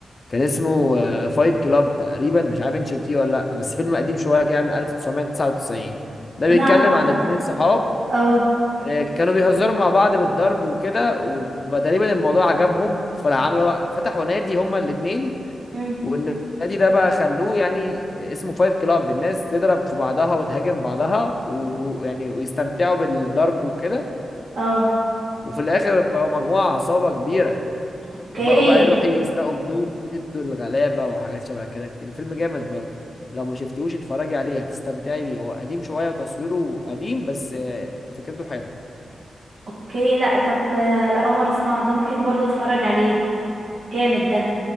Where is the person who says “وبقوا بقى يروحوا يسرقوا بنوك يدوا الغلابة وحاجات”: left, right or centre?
Left